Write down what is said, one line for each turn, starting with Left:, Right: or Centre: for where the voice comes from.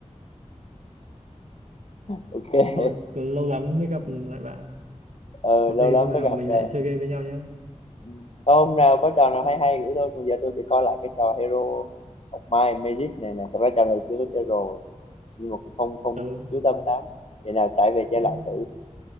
Left: ok <laughs>
Right: Thôi, còn lâu lắm mới gặp lại bạn.
Left: ờ,
Right: Có
Left: lâu
Right: gì
Left: lắm
Right: hôm nào
Left: mới gặp
Right: mình
Left: rồi
Right: lại chơi game với nhau nhé.
Left: ừ. Có hôm nào có trò nào hay hay gửi tôi còn giờ tôi sẽ coi lại cái trò Hero of Might and Magic này nè thật ra trò này chưa có chơi rồi nhưng mà cũng không không
Right: Ừ,
Left: chú tâm lắm để nào trải về chơi
Right: cũng
Left: lại thử